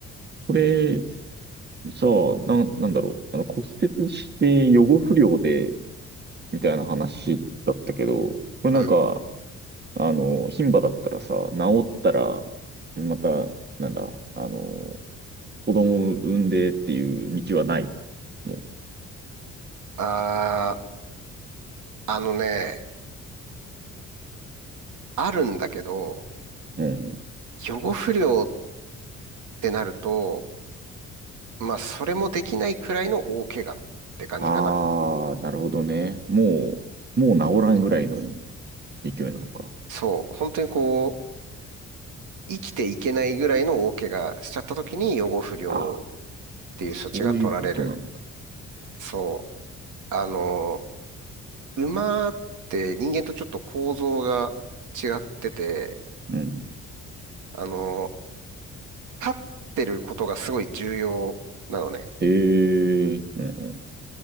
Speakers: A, on the right; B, on the right.
A: これ、さあ、なん、なんだろう。あの、骨折して予後不良で、みたいな話だったけど、これなんか、
B: うん。
A: あの、牝馬だったらさ、治ったら、また、なんだ、あの、子供を産んでっていう道はないの。
B: あー、あのね、あるんだけど、
A: うん。
B: 予後不良ってなると、まあ、それもできないくらいの大怪我って感じかな。
A: ああ、なるほどね。もう、もう治らんぐらいの勢いなのか。
B: そう。本当にこ生きていけないぐらいの大怪我しちゃった時に養護不良っていう処置が取られる。
A: ああ。そういうことなんだ。
B: そう。あの、馬って人間とちょっと構造が違ってて、
A: うん。
B: あの、立ってることがすごい重要なのね。
A: へえ、うんう